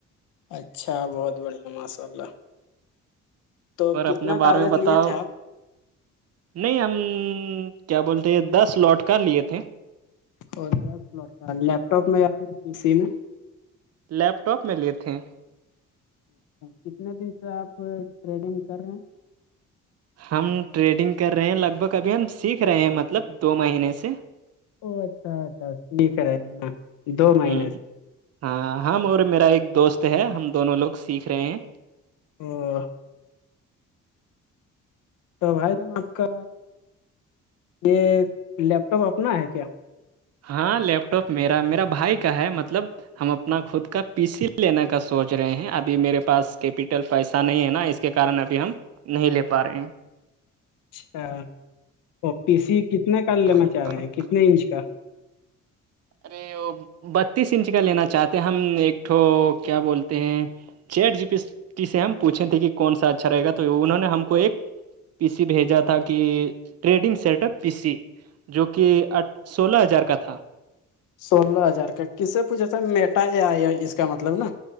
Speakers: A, on the left; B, on the right.
A: اچھا بہت بڑھیا ماشاء اللہ تو
B: اور اپنے
A: کتنا
B: بارے
A: ٹارگیٹ
B: میں بتاؤ
A: لیے تھے آپ
B: نہیں ہم کیا بولتے دس لوٹ کر لیے تھے
A: اور دس لوٹ کا لیپ ٹاپ میں یا پھر ک سی میں
B: لیپ ٹاپ میں لیے تھے
A: کتنے دن سے آپ ٹریڈنگ کر رہے ہیں
B: ہم ٹریڈنگ کر رہے ہیں لگ بھگ ابھی ہم سیکھ رہے ہیں مطلب دو مہینے سے
A: او اچھا اچھا دٹھ رہے ہیں نا دو مہینے
B: ہ
A: سے
B: ہاں ہم اور میرا ایک دوست ہے ہم دونوں لوگ سیکھ رہے ہیں
A: ہ <unintelligible> تو بھائی جان آپ کا یہ لیپ ٹاپ اپنا ہے کیا
B: ہاں لیپ ٹاپ میرا میرا بھائی کا ہے مطلب ہم اپنا خود کا پی س لینےا کا سوچ رہے ہیں ابھی میرے پاس کیپیٹل پیسہ نہیں ہے نا اس کے کارن ابھی ہم نہیں لے پا رہے ہیں
A: اچھا اور پی سی کتنا کال لینا
B: ارے
A: چاہ رہے ہیں کتنے انچ کا
B: ارے وہ بتیس انچ کا لینا چاہتے ہیں ہم ایکٹھو کیا بولتے ہیں چیٹ جی پی ٹی سے ہم پوچھے تھے کہ کون سا اچھا رہے گ تو انہوں نے ہم کو ایک پی سی بھیجا تھا کہ trading set up P C جو کہ سولہ ہزار کا تھا
A: سولہ ہزار کا کس سے پوچھا تھا میٹا یا اس کا مطلب نا